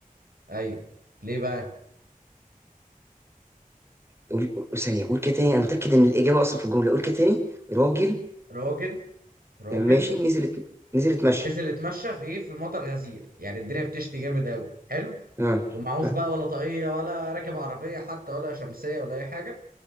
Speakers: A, on the right (about 85°); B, on the right (about 15°).
A: ايوه ليه بقى
B: قول قول- ثانيه قول كده تاني انا متاكد ان الاجابه اصلا في الجمله قول كده تاني راجل
A: راجل راجل
B: يعني ماشي نزلت نزلت مشي
A: نزل اتمشى في ايه في مطر غزير يعني الدنيا بتشتي جامد قوي حلو
B: ها
A: ومعهوش
B: ها
A: بقى ولا طاقية ولا راكب عربية حتى ولا شمسية ولا اي حاجة